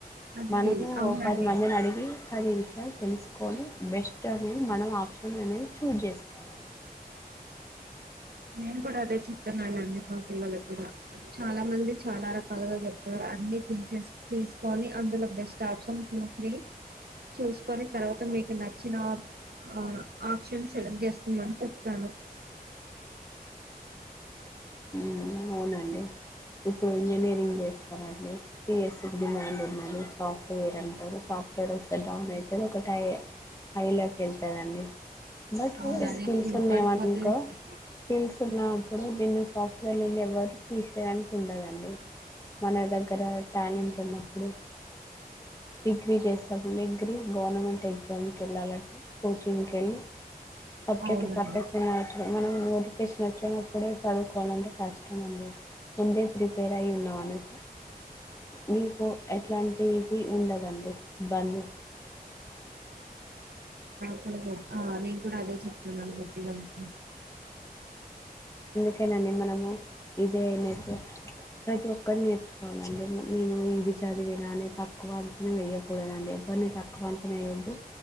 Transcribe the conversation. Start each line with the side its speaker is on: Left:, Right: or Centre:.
Right: అది
Left: మనము
Right: అవునండి
Left: ఓ పది మందిని అడిగి అదే విషయాలు తెలుసుకొని, బెస్ట్ అనేది మనం ఆప్షన్ అనేది చూజ్ చేసుకోవాలి.
Right: నేను కూడా అదే చెప్తున్నానండి. మా పిల్లలకు కూడా చాలా మంది చాలా రకాలుగా చెప్తారు అన్ని తీసేస్ తీసుకొని అందులో బెస్ట్ ఆప్షన్ టూ త్రీ, చూసుకొని తర్వాత మీకు నచ్చిన ఆప్ ఆప్షన్ సెలెక్ట్ చేసుకుందని చెప్తాను.
Left: మ్మ్ అవునండి ఇప్పుడు ఇంజనీరింగ్ చేస్ స్తారా సి. ఎస్. కి డిమాండ్ ఉన్నది సాఫ్ట్వేర్ అంటారు సాఫ్ట్వేర్ వొస్తే డౌన్ అయిత ఒక టాయే హైలోకి వెళ్తదండి బట్
Right: అవునండి
Left: స్కిల్స్
Right: ఇప్పుడు
Left: ఉన్నావన్
Right: పడిపోతుంది
Left: కో, స్కిల్స్ ఉన్నప్పుడు నిన్ను సాఫ్ట్వేర్ నుండి ఎవ్వర్ తీ సేయడానికి ఉండదండి మన దగ్గర టాలెంట్ ఉన్నప్పుడు డిగ్రీ చేస్తాం డిగ్రీ గవర్నమెంట్ ఎగ్జామ్కి వెళ్ళాలంటే కోచింగ్కి వెళ్ళి సబ్జెక్ట్
Right: అవునండి
Left: పర్ఫెక్ట్ అయినా వచ్చు మనం నోట్ ఫికేషన్ వచ్చినప్పుడే చదువుకోవాలంటే కష్టం అండి ముందే ప్రిపేర్ అయి ఉన్నావా అనే సా మీకు ఎట్లాంటి ఫీ ఉండదండి బంద్
Right: క్కదు నేను కూడా అదే చెప్తాన్నాను ఇగ పిల్లకి
Left: అందుకేనండి మనము ఇదే నేర్చుకో ప్రతి ఒక్కరు నేర్చుకోవాలండి నేను ఇది చదివిననే తక్కువ అంచనా వేయ్యకూడదండి ఎవరిని తక్కువ అంచన వయద్దు